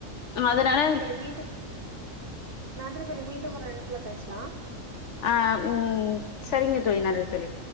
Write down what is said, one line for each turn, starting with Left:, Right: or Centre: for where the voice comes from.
Left: அதனால
Right: நன்றி தோழி மீண்டும் நன்றி தோழி மீண்டும் ஒரு அழைப்புல பேசலா
Left: ஆ ம் சரிங்க தோழி நன்றி தோழி